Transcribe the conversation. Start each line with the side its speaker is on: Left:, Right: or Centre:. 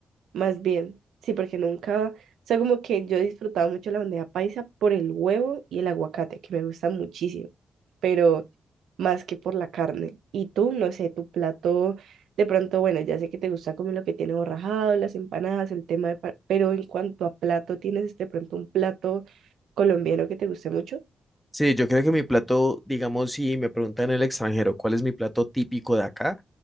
Right: Más bien, sí, porque nunca, o sea, como que yo he disfrutado mucho la bandeja paisa por el huevo y el aguacate, que me gusta muchísimo, pero más que por la carne. Y tú, no sé, tu plato, de pronto, bueno, ya sé que te gusta comer lo que tiene borrajado, las empanadas, el tema de, pa- pero en cuanto a plato, ¿tienes de pronto un plato colombiano que te guste mucho?
Centre: Sí, yo creo que mi plato, digamos, si me preguntan en el extranjero cuál es mi plato típico de acá,